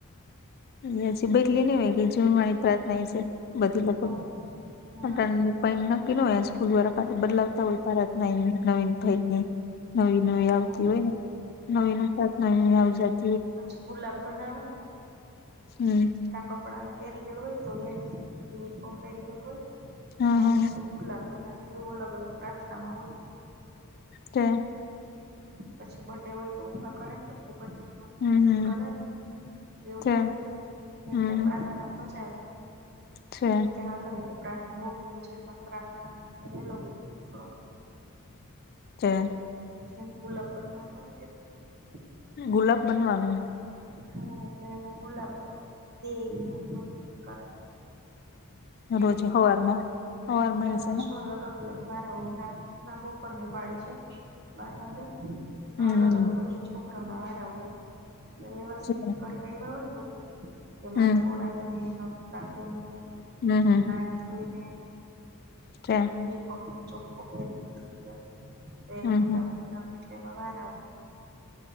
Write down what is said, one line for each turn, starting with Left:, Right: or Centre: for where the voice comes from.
Left: <unintelligible> બદલી ન હોય કે <unintelligible> પ્રાર્થના એ છે બધી લગભગ
Right: હા હા
Left: હું તન પણ નક્કી ન સ્કૂલ વાળા પાસે બદલાવતા હોય પારત ન નવીન ભાઈની એ. નવી નવી
Right: હા
Left: આવતી હોય ને નવીન
Right: હા
Left: એ પ્રાર્થના આવજત.
Right: પછી ગુલાબ બનાવે.
Left: હમ.
Right: કપડા ને પહેરી ગયેલું હોય તો એ યુનિફોર્મ પહેરી ગયેલું હોય
Left: હા
Right: તો
Left: હા
Right: પછી દુર્લા બનાવ એવું અલગ અલગ પ્રાર્થનામાં હોય.
Left: તે.
Right: પછી બ્રડે હોય તો ઊભા કરે પછી બ્રડે નું
Left: હમ
Right: વિશ
Left: હમ
Right: કરે એવું
Left: છે
Right: હોય
Left: હમ
Right: એટલે પ્રાર્થનામાં મજા આવે.
Left: છે.
Right: કે હાલો એતો પ્રાર્થ મોડું થઈ જાય પ્રાર્થના માટે વેલો વયો જાય થોડક
Left: <inaudible>
Right: એને ગુલાબ બનવાનું હોય ત્યાં.
Left: ગુલાબ બનવાનું.
Right: હા એટલે એ ગુલાબ દેઈ ને એવું બધું કરે. <unintelligible>
Left: રોજ હવારમાં હવારમાં
Right: રોજે
Left: છે ને
Right: અલગ અલગ હો હોય ના બપાર ની પાડી છે બાર વાગે પણ
Left: હમ
Right: અલગ બધે છોક કરા ના વારા હોય જે વ્યવસ્થિત
Left: છે.
Right: કરીને આયવા હોય ને બધુ માથું
Left: હમ
Right: ઓરાવી ને નખ કાપીને
Left: હમ હમ
Right: નઈ ધોઈને
Left: તે.
Right: યુનફોર્મ ચોખ્ખો પેરીને થોડીક વાર તો એને
Left: હમ
Right: ગુલાબ
Left: હમ
Right: આમ એટલે હવારે <inaudible>